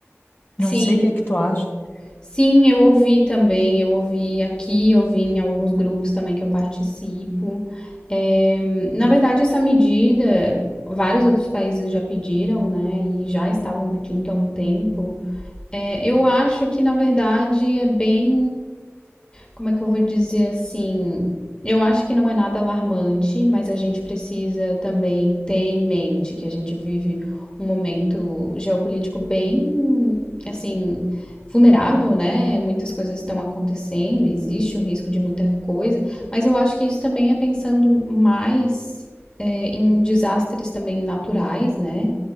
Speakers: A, on the left; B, on the left.
A: Não
B: Sim,
A: sei o que é que tu acha.
B: Sim, eu ouvi também, eu ouvi aqui, eu ouvi em alguns grupos também que eu participo. É, na verdade, essa medida, vários outros países já pediram, né, e já estavam pedindo há um tempo. É, eu acho que, na verdade, é bem. Como é que eu vou dizer assim? Eu acho que não é nada alarmante, mas a gente precisa também ter em mente que a gente vive um momento geopolítico bem, assim, vulnerável, né? Muitas coisas estão acontecendo, existe o risco de muita coisa, mas eu acho que isso também é pensando mais, é, em desastres também naturais, né?